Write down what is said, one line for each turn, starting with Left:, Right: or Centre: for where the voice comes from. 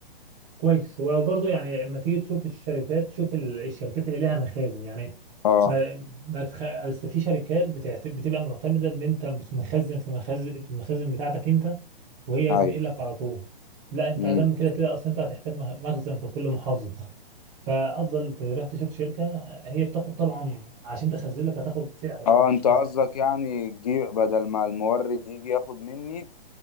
Right: كويس وبرضه يعني لما تيجي تشوف الشركات شوف ال- الشركات اللي لها مخازن يعني
Left: اه
Right: ما ما تخ... أصل في شركات بتعت... بتبقى معتمدة ان انت بت- مخزن في مخزن في المخازن بتاعتك انت وهي هتنقل
Left: ايوه
Right: لك على طول لا انت
Left: امم
Right: ادم كده كده اصلا انت هتحتاج مخ- مخزن في كل محافظة <laughs> فافضل تروح تشوف شركة هي بتاخد طبعا عشان تخزن لك هتاخد سعر اه
Left: اه انت
Right: بس
Left: قصدك يعني تجي بدل ما المورد يجي ياخد مني